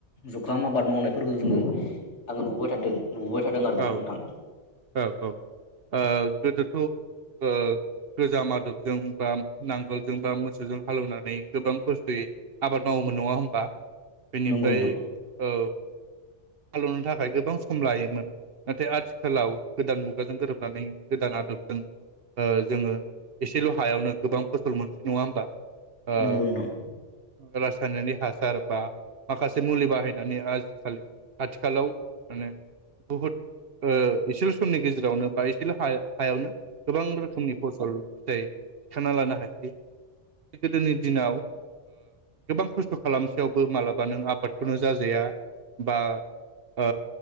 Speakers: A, on the left; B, on the right.
A: जुखाम आबाद मावनायफोरखौ जोङो आङो नुबोबाय थादों नुबोबाय थादों आरो नोंथां
B: औ औ ओ गोदोथ' ओ गोजाम आदबजों बा नांगोलजों बा मोसौजों हालेवनानै गोबां खस्थ'यै आबाद मावोमोन नङा होमबा? बेनिफ्राय
A: नंगौ नोंथां
B: ओ हालेवनो थाखाय गोबां सम लायोमोन नाथाय आथिखालाव गोदान मुगाजों गोरोबनानै गोदान आदबजों ओ जोङो एसेल' हायावनो गोबां फसल मोनसै नङा होमबा? ओ
A: नंगौ नोंथां
B: रासायनारि हास‌ सार बा माखासे मुलि बाहायनानै आजिखालि आथिखालाव माने बहुद ओ इसेल' समनि गेजेरावनो बा एसेल' हायावनो हायावनो गोबां रोखोमनि फसल फिथाइ थिखांना लानो हायो गोदोनि दिनाव गोबां खस्थ खालामसेयावबो मालाबा नों आबादखौनो जाजाया बा ओ